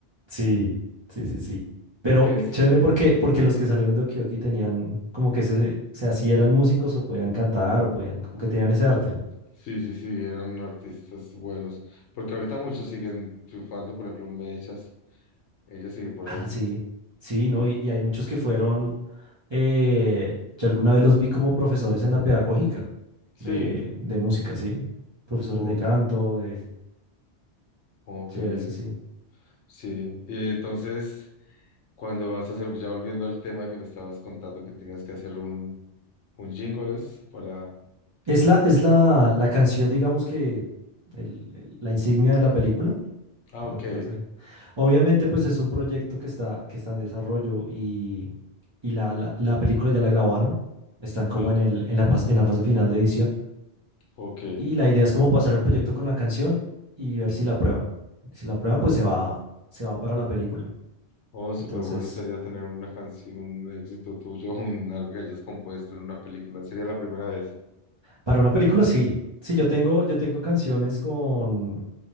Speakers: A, on the right (about 30°); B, on the left (about 70°).
A: Sí, sí, sí, sí. Pero
B: Que es,
A: chévere porque, porque los que salieron de Okioki tenían como que se, se así eran músicos o podían cantar o podían, como que tenían ese arte, ¿no?
B: sí, sí, sí, eran artistas buenos. Porque ahorita muchos siguen triunfando, por ejemplo, Mechas, ella sigue por
A: Ah,
B: ahí.
A: sí, sí, ¿no?
B: Y-
A: Y, y hay muchos que fueron, eh, yo alguna vez los vi como profesores en la pedagógica
B: Sí,
A: de, de música, ¿sí? Profesores
B: oh,
A: de canto, de...
B: oh, qué
A: Chévere,
B: bien.
A: eso sí.
B: Sí, y entonces, cuando vas a hacer, ya volviendo al tema que me estabas contando que tenías que hacer un, Un jingle es para...
A: Es la, es la, la canción, digamos que, el- el- la insignia de la película.
B: Ah,
A: No,
B: ok,
A: ¿qué va a hacer? Obviamente, pues es un proyecto que está, que está en desarrollo y, y la, la, la película ya la grabaron. Están como
B: sí,
A: en el, en la, pas- en la fase final de edición.
B: ok.
A: Y la idea es como pasar el proyecto con la canción y ver si la aprueban. Si la aprueban, pues
B: Un-
A: se va, se va para la película.
B: Oh, súper
A: Entonces,
B: bueno sería tener una canción, un éxito tuyo, <laughs> un, algo que hayas compuesto en una película. Sería la primera vez.
A: para una película sí. Sí, yo tengo, yo tengo canciones con,